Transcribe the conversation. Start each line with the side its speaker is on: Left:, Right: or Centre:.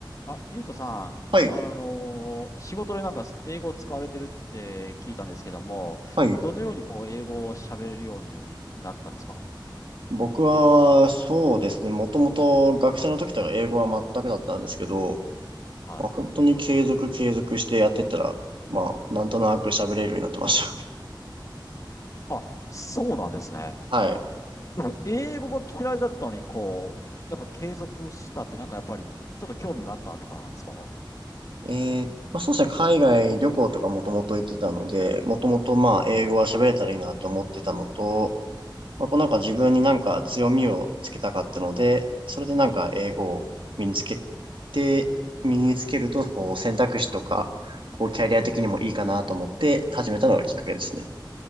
Left: あ、ゆうとさん、
Right: はい、
Left: あのー仕事でなんか英語を使われてるって聞いたんですけども、
Right: はい。
Left: どのようにこう英語を喋れるようになったんですか
Right: 僕は、そうですね。もともと学生の時とか英語は全くだったんですけど、
Left: はい。
Right: まあ、本当に継続継続してやってったら、まあ、なんとなく喋れるようになってまし
Left: あ、そうなんですね。
Right: た。<laughs> はい。
Left: でも英語が嫌いだったのに、こう、やっぱ継続したってなんかやっぱりちょっと興味があったとかなんですか
Right: えー、まあ、そうですね。海外旅行とかもともと行ってたので、もともとまあ、
Left: はい。
Right: 英語は喋れたらいいなと思ってたのと、まあ、こうなんか自分になんか強みをつけたかったので、それでなんか英語を身につけて、
Left: うん。
Right: 身につけると、こう選択肢とか、こうキャリア的にもいいかなと思って始めたのがきっかけですね。